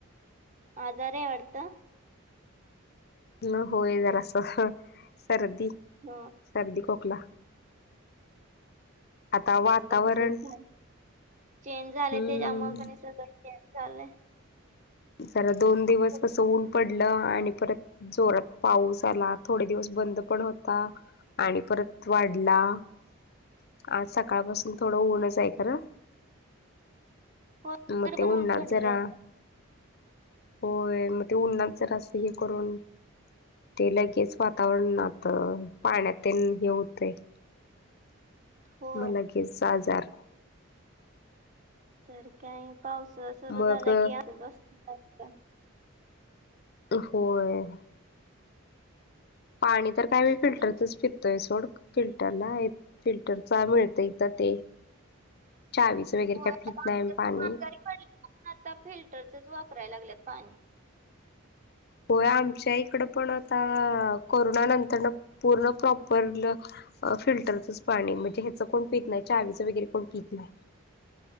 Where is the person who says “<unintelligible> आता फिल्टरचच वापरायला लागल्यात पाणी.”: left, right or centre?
Right